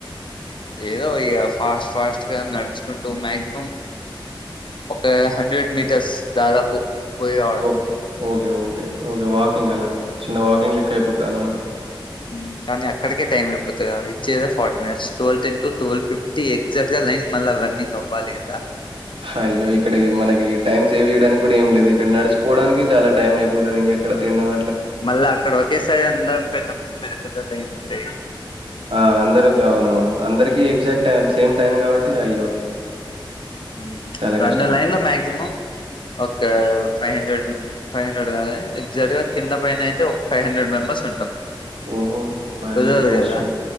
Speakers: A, on the left; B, on the right.
A: ఏదో ఇగ ఫాస్ట్ ఫాస్ట్గా నడ్చుకుంటూ మాక్సిమం ఒక హండ్రెడ్ మీటర్స్ దాదాపు పోయి రావడం.
B: Oh okay okay okay walking అలా చిన్న వాకింగ్ లెక్క అయిపోతదన్నమాట
A: ఉ కానీ అక్కడికే టైం అయిపోతది కదా ఇచ్చేదే forty minutes twelve ten to twelve fifty ఎగ్జాక్ట్గా లైన్ మళ్ళీ రన్నింగ్ అవ్వాలి కదా
B: హాయ్యో ఇక్కడికి మనకి టైం సేవ్ చేయడానికి కూడా ఏం లేదు ఇక్కడ నడిచిపోవడానికిే చాలా టైం అయిపోతది ఇంకెక్కడ తిండం
A: మళ్ళ అక్కడ ఒకేసారి అందరం పెద్ద పెద్ద పెద్ద లేైన్ ఉంటయి.
B: ఆ అందరికి అవునవును అందరికి ఎగ్జాక్ట్ టైం సేమ్ టైమ్ కాబట్టి అయ్యో
A: ఊ
B: చాలా
A: రెండోలైన్లో
B: కష్టమే.
A: మాక్సిమం ఒక ఫైవ్ హండ్రెడ్ ఫైవ్ హండ్రెడ్ కాగానీ ఎగ్జాక్ట్ గా కింద పైన అయితే ఒక ఫైవ్ హండ్రెడ్ మెంబర్స్ ఉంటాం
B: ఓహో ఫైవ్ హండ్రెడ్
A: కుదరదు
B: మెంబెర్స్
A: కదా
B: రన్